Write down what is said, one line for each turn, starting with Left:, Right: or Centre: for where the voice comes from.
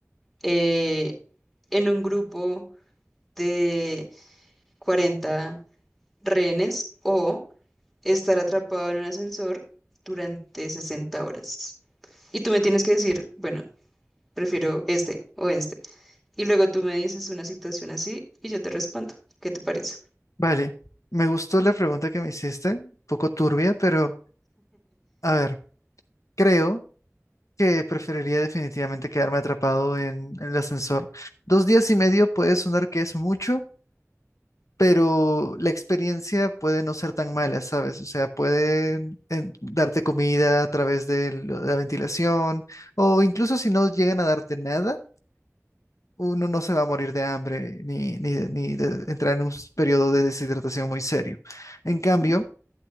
Centre: eh, en un grupo de 40 rehenes o estar atrapado en un ascensor durante 60 horas? Y tú me tienes que decir, bueno, prefiero este o este. Y luego tú me dices una situación así y yo te respondo. ¿Qué te parece?
Left: Vale, me gustó la pregunta que me hiciste, un poco turbia, pero a ver, creo que preferiría definitivamente quedarme atrapado en, en el ascensor. Dos días y medio puede sonar que es mucho, pero la experiencia puede no ser tan mala, ¿sabes? O sea, pueden eh, darte comida a través de lo- la ventilación o incluso si no llegan a darte nada, uno no se va a morir de hambre ni, ni, de- ni de entrar en un s- periodo de deshidratación muy serio. En cambio,